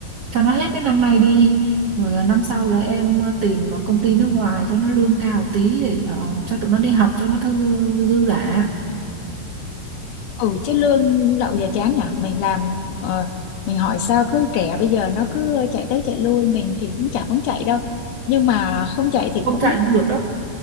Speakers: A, on the right (about 60°); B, on the left (about 75°).
A: cho nó hết cái năm nay đi rồi ờ, năm sau là em ờ, tìm ờ, công ty nước ngoài cho nó lương cao tí để ờ, cho tụi nó đi học cho nó thư dư giả
B: ừ chứ lương lậu giờ chán nhở Mình làm ờ, mình hỏi sao cứ trẻ bây giờ nó cứ chạy tới chạy lui, mình thì cũng chả muốn chạy đâu. Nhưng mà không chạy thì
A: không
B: cũng
A: chạy cũng được đó